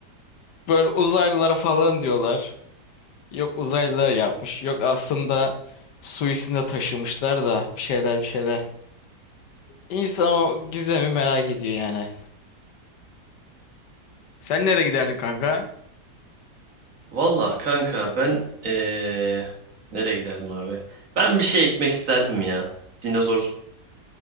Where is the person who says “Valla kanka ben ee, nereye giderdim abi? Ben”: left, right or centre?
Right